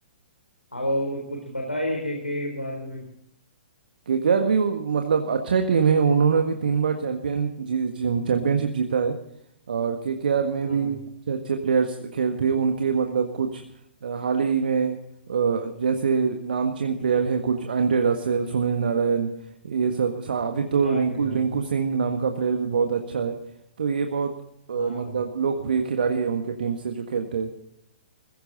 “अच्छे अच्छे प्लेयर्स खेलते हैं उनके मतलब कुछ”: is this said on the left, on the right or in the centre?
Right